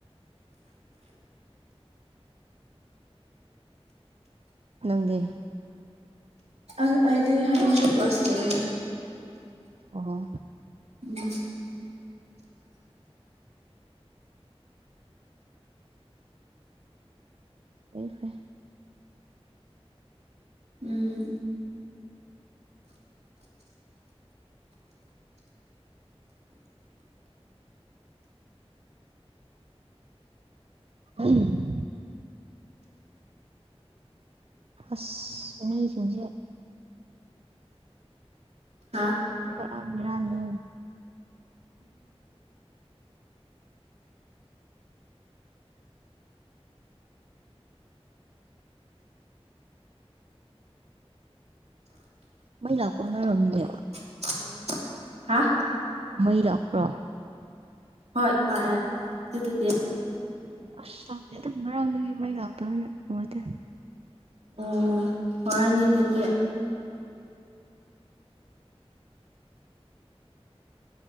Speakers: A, on the right (about 65°); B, on the right (about 85°).
A: ꯅꯪꯗꯤ
B: ꯑ ꯑꯩꯗꯤ ꯍꯥꯌꯦꯡꯁꯨ ꯀ꯭ꯂꯥꯁ ꯂꯩꯌꯦ
A: ꯑꯣꯍꯣ
B: ꯎꯝ
A: ꯐꯩ ꯐꯩ
B: ꯎꯝ
A: ꯎ <inaudible> ꯑꯁ ꯃꯤꯁꯤꯡꯁꯦ
B: ꯍꯥ
A: ꯄꯨꯔꯥ ꯕꯦꯔꯅꯤꯍꯦ ꯃꯩ ꯂꯥꯛꯕꯔꯣ ꯅꯣꯢꯔꯣꯝꯗꯗꯤ
B: ꯎꯝ <inaudible> ꯍꯥ
A: ꯃꯩ ꯂꯛꯕ꯭ꯔꯣ
B: ꯍꯣꯏ ꯂꯥꯛꯑꯦ ꯑꯗꯨꯨꯗꯨꯒꯤ
A: ꯑꯁ ꯂꯥꯛꯇꯦ ꯉꯔꯥꯡꯗꯒꯤ ꯃꯩ ꯂꯥꯛꯇꯕꯅꯤꯅ ꯅꯨꯡꯉꯥꯢꯇꯦ
B: ꯑꯣ ꯋꯥꯔꯅꯤ ꯑꯗꯨꯗꯤ